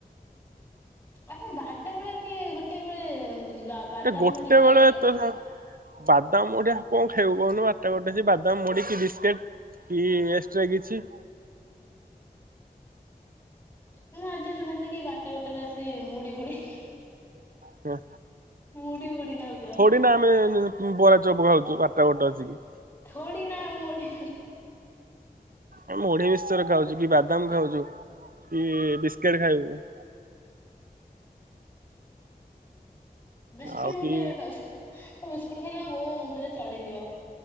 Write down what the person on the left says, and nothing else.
ଆଛା ବାରଟା ବେଳେ କିଏ ଗୋଟେ ବେଳେ ବାଦାମ
ମୁଢ଼ି ଖାଏ
କହିଲ?
ମୁଁ ଆଜି ଶୁଣିଥିଲି କି ବାରଟା ଗୋଟରେ ଆସି ମୁଡି ଫୁଡି।
ମୁଡି ବୁଡି ଖାଉଛି।
ଥୋଡ଼ି ନା ମୋଡ଼ି
ବିସ୍କୁଟ
ଗୋଟେ
ବେଳେ ଖାଉଚୂ ବିସ୍କୁଟ ଖାଇଲେ ବୋଉ ମୋ ମୁଣ୍ଡରେ ଚଢିଯିବ।